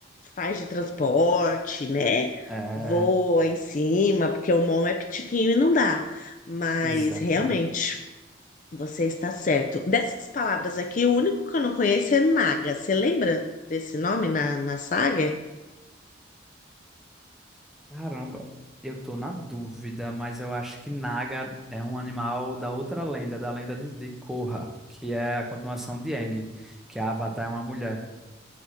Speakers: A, on the left (about 40°); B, in the centre.
A: faz de transporte, né?
B: É.
A: Voa em cima, porque o Mon é pitiquinho e não dá. Mas
B: Exatamente.
A: realmente, você está certo. Dessas palavras aqui, o único que eu não conheço é Naga. Você lembra desse nome na, na saga?
B: Caramba, eu tô na dúvida, mas eu acho que Naga é um animal da outra lenda, da lenda de, de Korra, que é a continuação de Aang, que a Avatar é uma mulher.